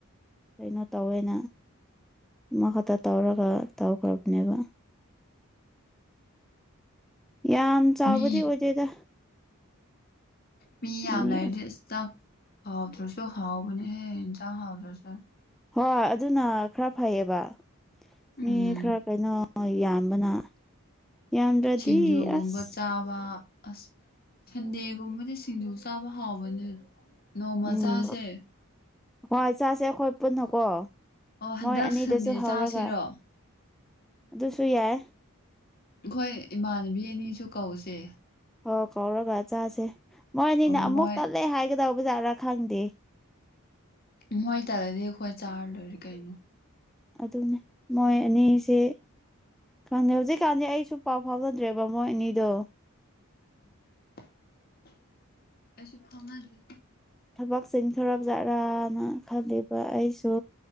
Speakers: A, in the centre; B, on the left.
A: ꯀꯩꯅꯣ ꯇꯧꯋꯦꯅ ꯑꯃꯈꯛꯇ ꯇꯧꯔꯒ ꯇꯧꯈ꯭ꯔꯕꯅꯦꯕ ꯌꯥꯝ ꯆꯥꯎꯕꯗꯤ
B: ꯃꯤ
A: ꯑꯣꯏꯗꯦꯗ
B: ꯃꯤ ꯌꯥꯝ
A: ꯑꯅꯤ
B: ꯂꯩꯔꯗꯤ ꯑꯇ ꯍꯥꯎꯗ꯭ꯔꯁꯨ ꯍꯥꯎꯕ ꯍꯦ ꯏ ꯆꯥꯎ ꯍꯥꯎꯗ꯭ꯔꯁꯨ
A: ꯍꯣꯏ ꯑꯗꯨꯅ ꯈꯔ ꯐꯩꯌꯦꯕ
B: ꯎꯝ
A: ꯃꯤ ꯈꯔ ꯀꯩꯅꯣ ꯍꯣꯏ ꯌꯥꯝꯕꯅ ꯌꯥꯝꯗ꯭ꯔꯗꯤ
B: ꯁꯤꯡꯖꯨꯒꯨꯝꯕ
A: ꯑꯁ
B: ꯆꯥꯕ ꯑꯁ ꯁꯟꯗꯦꯒꯨꯝꯕꯗꯤ ꯁꯤꯡꯖꯨ ꯆꯥꯕ ꯍꯥꯎꯕꯅꯦ ꯅꯣꯡꯃ
A: ꯎꯝ
B: ꯆꯥꯁꯦ
A: ꯍꯣꯏ ꯆꯥꯁꯦ ꯑꯩꯈꯣꯏ ꯄꯨꯟꯅꯀꯣ
B: ꯑꯣ ꯍꯟꯗꯛ
A: ꯃꯣꯏ ꯑꯅꯤꯗꯁꯨ
B: ꯁꯟꯗꯦ
A: ꯍꯧꯔꯒ
B: ꯆꯥꯁꯤꯔꯣ
A: ꯑꯗꯨꯁꯨ ꯌꯥꯏ
B: ꯑꯩꯈꯣꯏ ꯏꯃꯥꯟꯅꯕꯤ ꯑꯅꯤꯁꯨ ꯀꯧꯁꯦ
A: ꯑꯣ ꯀꯧꯔꯒ ꯆꯥꯁꯦ ꯃꯣꯏꯅꯤꯅ
B: ꯑꯣ,
A: ꯑꯃꯨꯛ
B: ꯃꯣꯏ
A: ꯇꯠꯂꯦ ꯍꯥꯏꯒꯗꯧꯕ ꯖꯥꯠꯔꯥ ꯈꯪꯗꯦ
B: ꯃꯣꯏ ꯇꯂ ꯗꯦꯋꯥꯥꯏ ꯆꯥꯔ ꯂꯣꯏꯔ ꯀꯥꯏꯅꯣ
A: ꯑꯗꯨꯅꯦ ꯃꯣꯏ ꯑꯅꯤꯁꯦ ꯈꯪꯗꯦ ꯍꯧꯖꯤꯛꯀꯥꯟꯗꯤ ꯑꯩꯁꯨ ꯄꯥꯎ ꯐꯥꯎꯅꯗ꯭ꯔꯦꯕ ꯃꯣꯏ ꯑꯅꯤꯗꯣ
B: ꯎꯝ ꯑꯁꯨ ꯐꯃꯒ
A: ꯊꯕꯛ ꯆꯊꯔꯞꯖꯠꯔꯥꯅ ꯈꯜꯂꯤꯕ ꯑꯩꯁꯨ